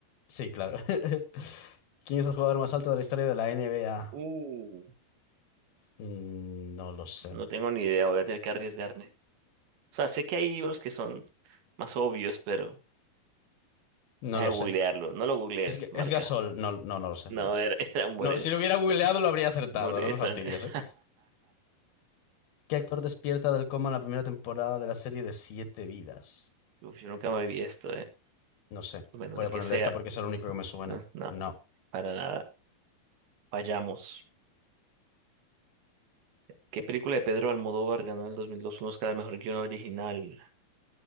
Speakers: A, on the left (about 85°); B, on the right (about 90°).
A: Sí, claro. <laughs> ¿Quién es el jugador más alto de la historia de la NBA?
B: Uh,
A: Mm, No lo sé.
B: No tengo ni idea, voy a tener que arriesgarme. O sea, sé que hay unos que son más obvios, pero
A: No
B: deja
A: lo
B: de googlearlo.
A: sé.
B: No lo googlees,
A: ¿Es,
B: marca.
A: es Gasol? No, no, no lo sé.
B: No,
A: No.
B: era, <laughs> era Mures.
A: No, si lo hubiera googleado lo habría acertado.
B: Mures.
A: No me fastidies,
B: <laughs>
A: ¿eh? ¿Qué actor despierta del coma en la primera temporada de la serie de Siete Vidas?
B: Uf, yo nunca me vi esto, eh.
A: No sé.
B: Bueno,
A: Voy
B: el
A: a ponerle
B: que sea.
A: esta porque es el único que me suena.
B: Eh, No,
A: No,
B: para nada. Vayamos. ¿Qué película de Pedro Almodóvar ganó en el 2002 un Oscar al mejor guion original?